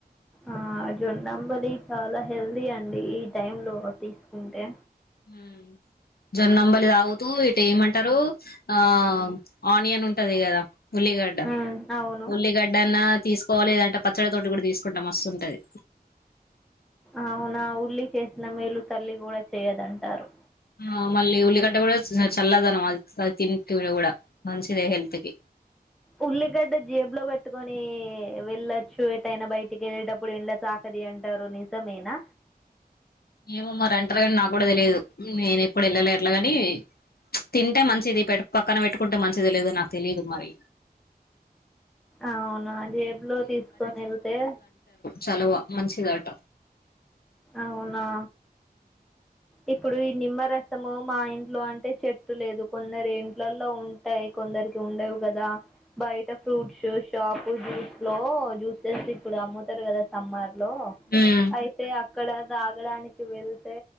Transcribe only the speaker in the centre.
ఆ జొన్నంబలి చాలా హెల్దీ అండి టైంలో తీసుకుంటే
ఉమ్ అవును
అవునా ఉల్లి చేసిన మేలు తల్లి కూడా చెయదంటారు
ఉల్లిగడ్డ జేబులో పెట్టుకని వెళ్ళొచ్చు ఎటైనా బయటికి వెళ్ళేటప్పుడు ఎండ తాకది అంటారు నిజమేనా
అవునా జేబులో తీసుకొని వెళ్తే
అవునా ఇప్పుడు ఈ నిమ్మరస్ ము మా ఇంట్లో అంటే చెట్టు లేదు కొందరు ఇంట్లలో ఉంటాయి కొందరికి ఉండవు కదా బయట ఫ్రూట్స్ షాప్ జ్యూస్ లో జ్యూసెస్ ఇప్పుడు అమ్ముతారు కదా సమ్మార్ లో
అయితే అక్కడ దాగడానికి వెళ్తే